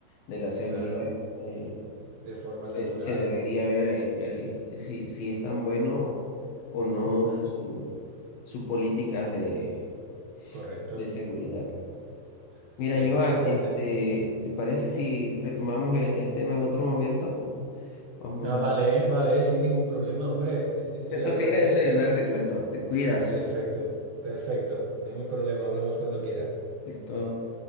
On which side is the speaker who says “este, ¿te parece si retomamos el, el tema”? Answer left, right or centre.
Left